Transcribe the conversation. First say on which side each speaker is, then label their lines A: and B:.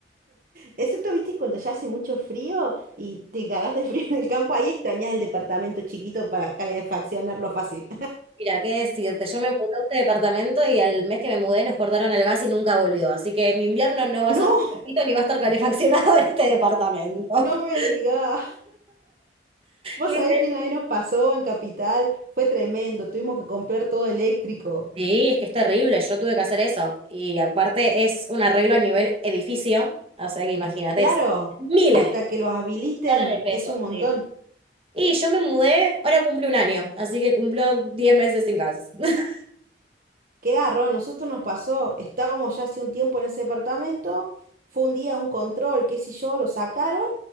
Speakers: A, on the right; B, on the right.
A: Excepto, viste, cuando ya hace mucho frío y te cagás de frío en el campo, ahí extrañás el departamento chiquito para calefaccionarlo fácil.
B: Mira, qué decirte, yo me mudé a este departamento y al mes que me mudé nos cortaron el gas y nunca volvió. Así que mi invierno no va
A: No,
B: a ser perfecto ni va a estar calefaccionado <laughs> en este departamento.
A: no me digas. Vos
B: <laughs> Literal.
A: sabés quién ahí nos pasó en Capital. Fue tremendo. Tuvimos que comprar todo eléctrico.
B: Sí, es que es terrible, yo tuve que hacer eso. Y aparte es un arreglo a nivel edificio, o sea que imagínate,
A: Claro,
B: es miles
A: hasta
B: de
A: que los habiliten
B: millones de pesos.
A: es un montón.
B: sí. Y yo me mudé, ahora cumple un año, así que cumplo 10 meses sin gas. <laughs>
A: Qué garrón, nosotros nos pasó. Estábamos ya hace un tiempo en ese departamento. Fue un día un control, qué sé yo, lo sacaron